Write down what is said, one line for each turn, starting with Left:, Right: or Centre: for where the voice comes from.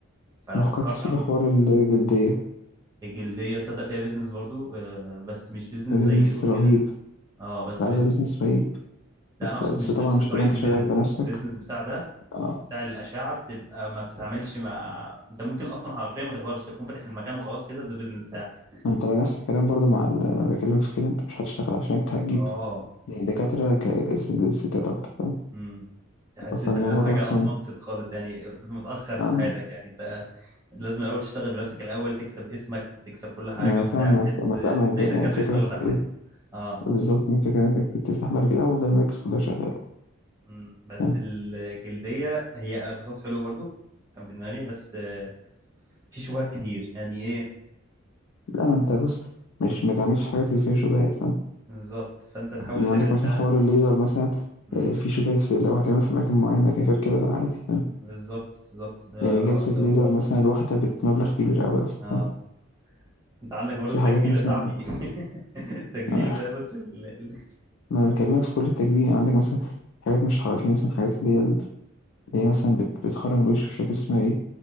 Right: فلو
Left: ما فكرتش
Right: فكرت اعمل
Left: في حوار الجلدية،
Right: الجلديه تصدق فيها بيزنس برضو آه، بس مش بيزنس
Left: ده
Right: زي
Left: business
Right: دول
Left: رهيب،
Right: كده اه بس
Left: لأ،
Right: بز...
Left: ده business رهيب
Right: لا
Left: أنت
Right: انا اقصد
Left: بس
Right: مش
Left: طبعًا
Right: نفس
Left: مش
Right: طريقه
Left: هتبقى أنت
Right: البيزنس
Left: شغال بنفسك
Right: البيزنس بتاع ده
Left: آه،
Right: بتاع الاشعه بتبقى ما بتتعاملش مع انت ممكن اصلا حرفيا ما تحضرش تكون فاتح المكان وخلاص كده ده البيزنس بتاعك
Left: ما أنت بقى نفس الكلام برضه مع ال أنا باكلمك في كده أنت مش هتشتغل عشان أنت هتجيب
Right: اه
Left: يعني دكاترة ك للس للستات أكتر فاهم،
Right: امم تحس
Left: أصلًا
Right: ده
Left: الموضوع
Right: حاجه
Left: ده أصلًا
Right: ادفانسد خالص يعني متاخر في
Left: آه،
Right: حياتك يعني انت لازم الاول تشتغل بنفسك الاول تكسب اسمك وتكسب كل حاجه
Left: ما أنا
Right: وبتاع
Left: فاهمك
Right: بحيث
Left: ما
Right: تلاقي
Left: لأ،
Right: دكاتره
Left: ما الفكرة
Right: يشتغلوا
Left: في
Right: تحتك
Left: إيه؟
Right: اه
Left: بالظبط من فكرة انك بتفتح
Right: مم.
Left: بعد كده اه والله المراكز كلها شغالة
Right: مم. بس
Left: فاهم
Right: الجلديه هي تخصص حلو برضو كان في دماغي بس آه، في شبهات كتير يعني ايه
Left: لا ما انت بص مش ما تعملش الحاجات اللي فيها شبهات فاهم
Right: بالظبط فانت تحاول
Left: يعني
Right: تبعد
Left: عندك مثلا حوار الليزر مثلا
Right: فعلا
Left: آه، في شبهات في لو هتعمله في مكان معين لكن غير كده لا عادي فاهم
Right: بالظبط بالظبط آه،
Left: يعني جلسة
Right: اوقات ضروره
Left: ليزر مثلا الواحدة بمبلغ كبير قوي اصلا
Right: اه
Left: فاهم
Right: انت عندك برضو
Left: في
Right: التجميل
Left: حاجات مثلا
Right: يا صاحبي <laughs> التجميل
Left: آه،
Right: ده بص ال... ال...
Left: ما انا بكلمك في كل التجميل يعني عندك مثلا حاجات مش حرفية مثلا حاجات اللي هي اللي هي مثلا بت... بتخرم الوش مش فاكر اسمها ايه